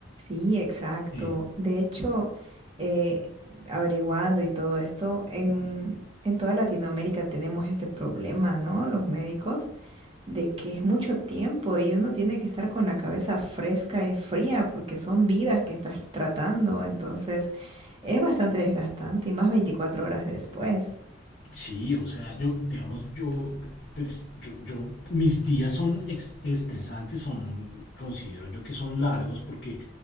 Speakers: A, on the right; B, on the left.
A: Sí, exacto.
B: Eh,
A: De hecho, eh, averiguando y todo esto, en, en toda Latinoamérica tenemos este problema, ¿no? Los médicos, de que es mucho tiempo y uno tiene que estar con la cabeza fresca y fría porque son vidas que estás tratando. Entonces, es bastante desgastante y más 24 horas después.
B: sí, o sea, yo, digamos, yo, pues, yo, yo- mis días son ex- estresantes, son, considero yo que son largos porque